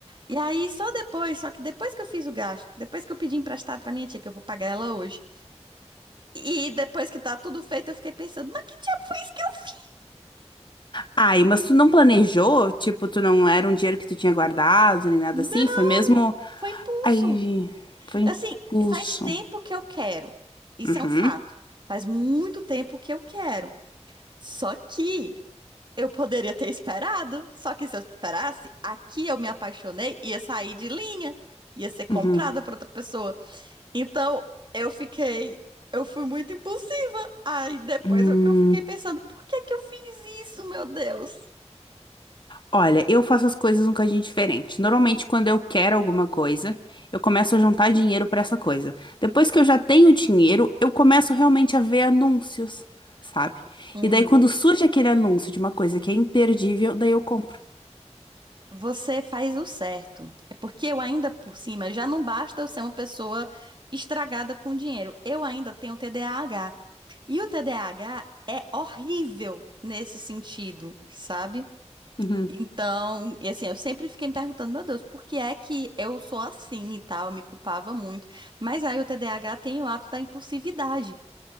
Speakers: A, on the right; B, on the left.
A: E aí, só depois, só que depois que eu fiz o gasto, depois que eu pedi emprestado pra minha tia, que eu vou pagar ela hoje, e depois que tá tudo feito, eu fiquei pensando, mas que diabo foi isso que eu fiz?
B: Ai, mas tu não planejou? Tipo, tu não era um dinheiro que tu tinha guardado, nem nada
A: Não,
B: assim? Foi mesmo
A: foi impulso.
B: Aí vi, foi impulso.
A: Assim, faz tempo que eu quero. Isso
B: Uhum,
A: é um fato. Faz muito tempo que eu quero. Só que eu poderia ter esperado. Só que se eu esperasse, aqui eu me apaixonei, ia sair de linha, ia ser comprada
B: uhum.
A: por outra pessoa. Então, eu fiquei. Eu fui muito impulsiva. Aí depois
B: Hum,
A: eu, que eu fiquei pensando, por que que eu fiz isso, meu Deus?
B: olha, eu faço as coisas um bocadinho diferente. Normalmente, quando eu quero alguma coisa, eu começo a juntar dinheiro pra essa coisa. Depois que eu já tenho dinheiro, eu começo realmente a ver anúncios, sabe?
A: Uhum.
B: E daí, quando surge aquele anúncio de uma coisa que é imperdível, daí eu compro.
A: Você faz o certo. É porque eu ainda por cima, já não basta eu ser uma pessoa estragada com dinheiro. Eu ainda tenho TDAH. E o TDAH é horrível nesse sentido, sabe?
B: Uhum.
A: Então, e assim, eu sempre fiquei me perguntando, meu Deus, por que é que eu sou assim e tal? Eu me culpava muito. Mas aí o TDAH tem o ato da impulsividade.